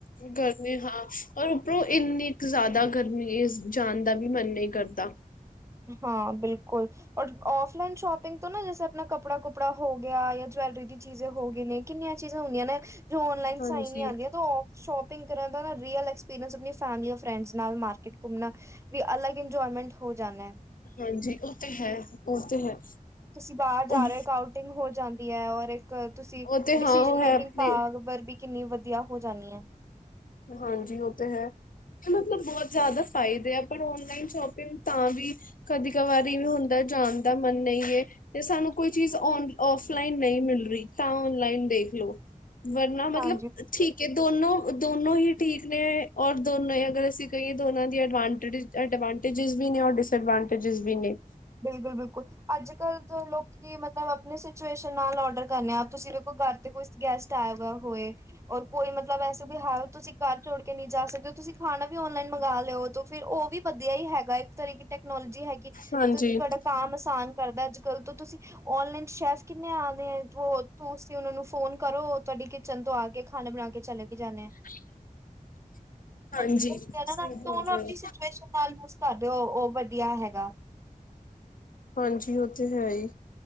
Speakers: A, on the left; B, on the right.
A: ਘਰ ਨੇ ਹਾਂ। ਔਰ ਉੱਪਰੋਂ ਇੰਨੀ ਕੁ ਜ਼ਿਆਦਾ ਗਰਮੀ ਜਾਣ ਦਾ ਵੀ ਮਨ ਨਹੀਂ ਕਰਦਾ।
B: ਹਾਂ ਬਿਲਕੁਲ। ਔਰ ਔਫਲਾਈਨ ਸ਼ੋਪਿੰਗ ਤੋਂ ਨਾ ਜੈਸੇ ਆਪਣਾ ਕੱਪੜਾ- ਕੁਪੜਾ ਹੋ ਗਿਆ ਜਾਂ ਜਵੈਲਰੀ ਦੀ ਚੀਜ਼ੇ ਹੋ ਗਈ ਨੇ। ਕਿੰਨੀਆਂ ਚੀਜ਼ਾਂ ਹੁੰਦੀਆਂ ਨੇ ਜੋ ਔਨਲਾਈਨ
A: ਹਾਂਜੀ,
B: ਸਈ ਨੀ। ਆਉਂਦੀਆਂ ਤੋ ਸ਼ੋਪਿੰਗ ਕਰਨ ਦਾ ਰੀਅਲ ਐਕਸਪੀਰੀਅੰਸ ਆਪਣੀ ਫੈਮਲੀ ਅ ਫਰੈਂਡਸ ਨਾਲ ਮਾਰਕੀਟ ਘੁੰਮਣਾ। ਵੀ ਅਲੱਗ ਇੰਜੋਏਮੈਂਟ ਹੋ ਜਾਂਨਾ।
A: ਹਾਂਜੀ, ਉਹ ਤੇ ਹੈ, ਉਹ ਤੇ ਹੈ।
B: ਤੁਸੀਂ ਬਾਹਰ ਜਾ
A: ਉਹ
B: ਰਹੇ ਆਊਟਿੰਗ ਹੋ ਜਾਂਦੀ ਐ, ਔਰ ਇੱਕ ਤੁਸੀਂ।
A: ਉਹ ਤੇ
B: ਡਿਸੀਜ਼ਨ
A: ਹਾਂ ਉਹ
B: ਮੇਕਿੰਗ
A: ਹੈ ਆਪਣੇ
B: ਭਾਗ ਵਰ ਵੀ ਕਿੰਨੀ ਵਧੀਆ ਹੋ ਜਾਂਣੀ ਐ।
A: ਹਾਂਜੀ, ਉਹ ਤੇ ਹੈ। ਇਹ ਮਤਲਬ ਬਹੁਤ ਜ਼ਿਆਦਾ ਫਾਇਦੇ ਆ, ਪਰ ਔਨਲਾਈਨ ਸ਼ੋਪਿੰਗ ਤਾਂ ਵੀ। ਕਦੀ ਕ ਵਾਰੀ ਵੀ ਹੁੰਦਾ ਜਾਣ ਦਾ ਮਨ ਨਈ ਏ। ਤੇ ਸਾਨੂੰ ਕੋਈ ਚੀਜ਼ ਔਨ, ਔਫਲਾਈਨ ਨਈ ਮਿਲ ਰਹੀ ਤਾਂ ਔਨਲਾਈਨ ਦੇਖ ਲਓ। ਵਰਨਾ ਮਤਲਬ
B: ਹਾਂਜੀ ਬਿਲਕੁਲ
A: ਠੀਕ ਐ, ਦੋਨੋ। ਦੋਨੋ ਈ ਠੀਕ ਨੇ। ਔਰ ਦੋਨੋ ਅਗਰ ਅਸੀਂ ਕਹੀਏ ਦੋਨਾਂ ਦੀ ਅਡਵਾਂਟਜਡਵ। ਵੀ ਨੇ ਰ ਡਿਸਐਡਵਾਂਟੇਜਿਸ ਵੀ ਨੇ।
B: ਬਿਲਕੁਲ, ਬਿਲਕੁਲ ਅੱਜ- ਕੱਲ ਤਾਂ ਲੋਕੀ ਮਤਲਬ ਆਪਣੇ। ਸਿਚੁਏਸ਼ਨ ਨਾਲ ਔਡਰ ਕਰਨੇ ਆ ਤੁਸੀਂ ਵੇਖੋ ਘਰ ਤੇ ਕੋਈ ਗੈਸਟ ਆਏਗਾ ਹੋਏ। ਔਰ ਕੋਈ ਮਤਲਬ ਐਸੇ ਵੀ ਹ ਤੁਸੀਂ ਘਰ ਛੋੜ ਕੇ ਨਹੀਂ ਜਾ ਸਕਦੇ। ਤੁਸੀਂ ਖਾਣਾ ਵੀ ਔਨਲਾਈਨ ਮੰਗਵਾ ਲਿਓ, ਫਿਰ ਉਹ ਵੀ। ਵਧੀਆ ਈ ਹੈਗਾ, ਇੱਕ ਤਰ ਕੀ ਟੈਕਨੋਲੋਜੀ ਹੈਗੀ
A: ਹਾਂਜੀ
B: ਤੇ ਤੁਹਾਡਾ ਕਮ ਆਸਾਨ ਕਰਦਾ ਅੱਜ -ਕੱਲ ਤੋਂ ਤੁਸੀਂ। ਓਨਲਾਈਨ ਚ ਸ਼ੈਫ ਕਿੰਨੇ ਆਦੇ, ਆ ਤੁਸੀਂ ਉਹਨਾ ਨੂੰ ਫੋਨ ਕਰੋ ਤੁਹਾਡੀ। <unintelligible> ਚਨ ਤੋਂ ਆ ਕੇ ਖਾਣਾ ਬਣਾ ਕੇ ਚਲੇ ਵੀ ਜਾਨੇ ਆ।
A: <inaudible>
B: <unintelligible> <unintelligible>
A: ਹਾਂਜੀ
B: ਉਸਨੂੰ
A: ਸਹੀ ਬੋਲ
B: ਆਵਦੀ
A: ਰਹੇ
B: ਸਿਚੁਏਸ਼ਨ ਕਰ ਦਿਓ ਉਹ ਵਧੀਆ ਹੈਗਾ।
A: ਹਾਂਜੀ, ਉਹ ਤੇ ਹੈ ਈ।